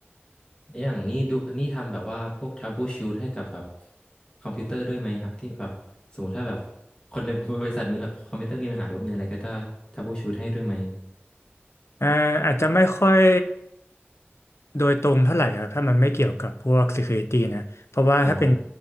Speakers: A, on the left; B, on the left.
A: อย่างนี้ดูนี่ทำแบบว่าพวก troubleshoot ให้กับแบบคอมพิวเตอร์ด้วยไหมครับที่แบบสมมติถ้าแบบคนในบริษัทมีคอมพิวเตอร์มีปัญหาหรือว่ามีอะไรก็จะ troubleshoot ให้ด้วยไหม
B: อ่าอาจจะไม่ค่อย โดยตรงเท่าไหร่ครับถ้ามันไม่เกี่ยวกับพวก security นะเพราะว่าถ้าเป็น
A: อ๋อ